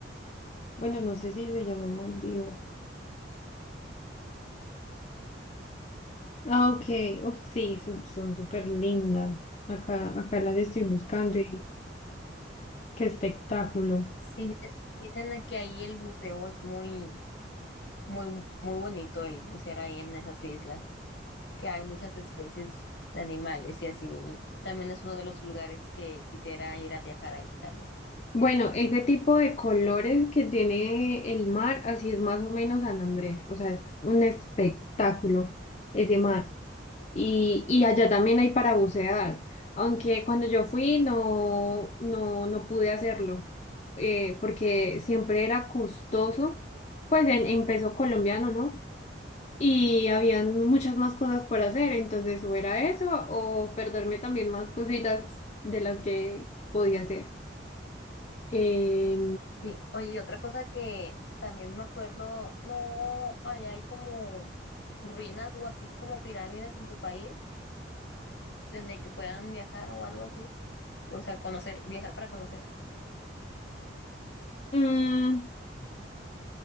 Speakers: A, on the left; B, on the left.
A: Bueno, no sé si se llama Dios Ah, ok. Uf, sí, son, son súper lindas. Acá, acá las estoy buscando y qué espectáculo.
B: sí, dice- dicen que ahí el buceo es muy, muy, muy bonito el bucear ahí en esas islas, que hay muchas especies de animales y así. También es uno de los lugares que quisiera ir a viajar ahí también.
A: Bueno, ese tipo de colores que tiene el mar, así es más o menos San Andrés, o sea, es un espectáculo ese mar. Y, y allá también hay para bucear, aunque cuando yo fui no, no, no pude hacerlo, eh, porque siempre era costoso, pues en, en peso colombiano, ¿no? Y habían muchas más cosas por hacer, entonces o era eso o perderme también más cositas de las que podía hacer. Eh,
B: Sí, oye, y otra cosa que también me acuerdo, no, allá hay como ruinas o así como pirámides en tu país. donde que puedan viajar o algo así. O sea, conocer, viajar para conocer.
A: mm,